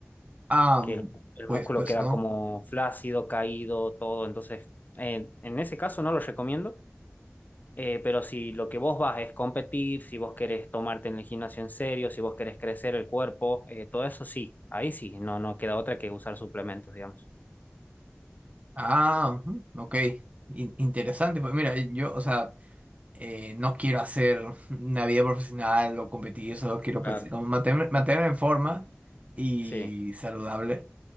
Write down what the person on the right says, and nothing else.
Ah,
mm,
pues,
pues
no.
Ah, ujú, ok. In- interesante. Pues mira, yo, o sea, eh, no quiero hacer <laughs> una vida profesional o competir, solo quiero
pues, como mantenerme, mantenerme en forma y
saludable.